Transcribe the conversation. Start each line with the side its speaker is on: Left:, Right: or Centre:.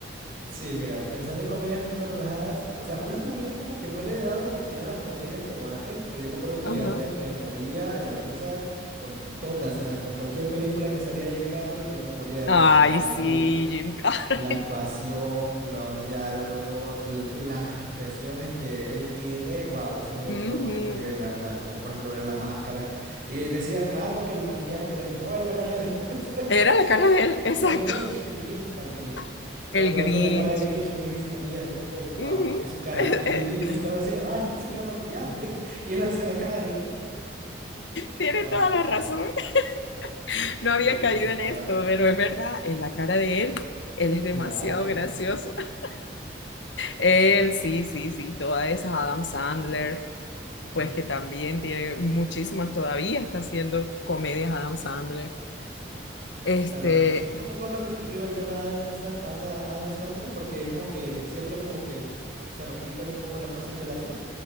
Right: Sí, mira, pensando en comedias súper relajadas, o sea, últimamente como que no le he dado la oportunidad a las comedias como antes, pero yo me acuerdo que
Left: Ajá.
Right: antes me moría de la risa con todas, o sea, con cualquier película que salía Jim Carrey, yo me moría de
Left: Ay,
Right: risa, era,
Left: sí,
Right: uff,
Left: Jim Carrey.
Right: la actuación, los diálogos, l- las expresiones que él tiene, wow, ese
Left: <laughs>
Right: es
Left: Ujú.
Right: otro, otro nivel, la verdad, como por ejemplo ver la máscara, y decían, ah, no, que el maquillaje que le... hace, No, era la cara de él. <laughs>
Left: Era la cara de él, exacto.
Right: O el Grinch, el Grinch también.
Left: <laughs>
Right: Cuando
Left: El Grinch.
Right: hace la cara del Grinch así sin maquillaje, fue como, wow,
Left: Ujú.
Right: es su cara.
Left: <laughs>
Right: Y el, el presentador decía, ah, yo pensé que era maquillaje. <laughs> Y él hace la cara del Grinch.
Left: Tiene
Right: Wow.
Left: toda la razón. <laughs> No había
Right: Sí,
Left: caído
Right: eso está
Left: en esto, pero es verdad, en la cara de él, él es demasiado
Right: claro.
Left: gracioso. <laughs> Él, sí, sí, sí, toda esa Adam Sandler.
Right: Ujú,
Left: pues que también tiene muchísimas todavía, está haciendo comedias Adam Sandler. Este,
Right: Claro, aunque se vuelve un poco repetitivo el tema de Adam, Sa- Ada- Adam Sandler, porque es como que siempre como que se repiten un poco las cosas que él hace,